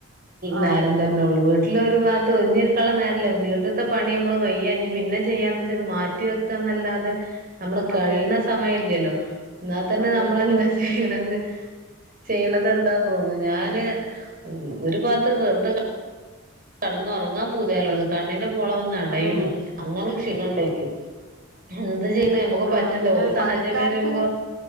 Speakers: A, on the right; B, on the right.
A: നേരം
B: ആഹ്
A: തന്നെള്ളൂ വീട്ടിൽ ഒരുപാകത്ത് ഒഴ്ഞ്ഞിര് - രിക്കാനുള്ള നേരല്ലാ വീട്ടിലത്തെ പണി നമ്മള് വയ്യ ഞ്ഞ് പിന്നെ ചെയ്യാന്ന് വെച്ചിട്ട മാറ്റി വെക്കാന്നല്ലാതെ നമ്മള് കഴിയണ
B: അതെ
A: സമയം ഇല്ലല്ലോ എന്നാൽ തന്നെ
B: അതെ
A: നമ്മളെന്താ
B: അതെ
A: ചെയ്യണത് ചെയ്യണത് എന്താ തോന്നും ഞാന് ഒരു ഭാത്ത് വെറുതെ ക- കടന്നുറങ്ങാൻ പൂതിയാലോട്ന്ന്. കണ്ണിന്റെ പോള വന്ന് അടയ്ണു.
B: അതന്നെ
A: അങ്ങനെ ക്ഷീണ ണ്ടനിക്ക് എന്ത് ചെയ്യണ് നമുക്ക്
B: ആ
A: പറ്റണ്ടെ
B: പിന്നെ
A: ഒരു സാഹചര്യം
B: പണിക്കാരത്തിന്
A: വരുമ്പോ